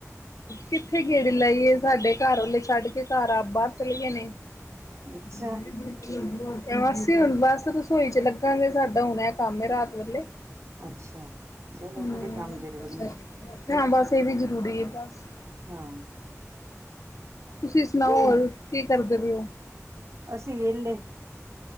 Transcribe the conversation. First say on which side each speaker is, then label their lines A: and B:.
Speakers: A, on the left; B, on the right.
A: ਕਿੱਥੇ ਗੇੜੇ ਲਾਈਏ ਸਾਡੇ ਘਰ ਵਾਲੇ ਛੱਡ ਕੇ ਘਰ ਆਪ ਬਾਹਰ ਚਲੇ ਗਏ ਨੇ। ਹ
B: ਅੱਛਾ
A: ਬੜੀ ਅਸੀਂ ਹੁਣ ਬਸ ਰਸੋਈ ਚ ਲੱਗਾਗੇ ਸਾਡਾ ਹੁਨ ਐ ਕੰਮ ਏ ਰਾਤ ਵੇਲੇ।
B: ਅੱਛਾ ਚਲੋ,
A: ਹਮ
B: ਉਹ ਵੀ ਕੰਮ ਜਰੂਰੀ ਐ।
A: ਹਾਂ ਬਸ ਏ ਵੀ ਜ਼ਰੂਰੀ ਏ ਬਸ।
B: ਹਾਂ
A: ਤੁਸੀਂ ਸੁਣਾਓ ਹੋਰ ਕੀ ਕਰਦੇ ਪਏ ਔ।
B: ਅਸੀਂ ਵੇਲੇ।